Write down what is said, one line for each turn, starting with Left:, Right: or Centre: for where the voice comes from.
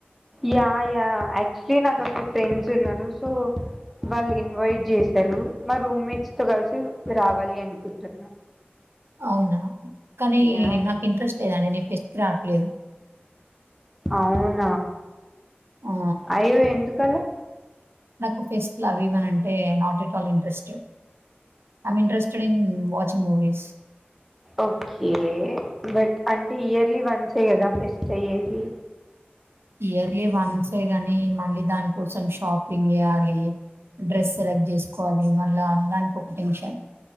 Centre: యా యా యాక్చులీ నాకు అక్క ఫ్రెండ్స్ ఉన్నారు సో వాళ్ళు ఇన్వైట్ చేసారు మా రూమ్మేట్స్ తో కలిసి రావాలి అనుకుంటున్నా
Right: అవునా కానీ
Centre: యా
Right: నాకు ఇంట్రెస్ట్ లేదండి నేను ఫెస్ట్ కి రావట్లేదు
Centre: ఔను
Right: ఆ
Centre: అయ్యో ఎందుకండి
Right: నాకు ఫేస్ట్లు అవి ఇవి అంటే not at all interest am interested in watching movies
Centre: okay but అంటే ఇయర్లీ వన్సే కదా ఫెస్ట్ అయ్యేది
Right: ఇయర్లీ వన్స్ ఏ గాని మళ్ళీ దాని కోసం షాపింగ్ చేయ్యాలి డ్రెస్ సెలెక్ట్ చేసుకోవాలి మళ్ళ దానికొక టెన్షన్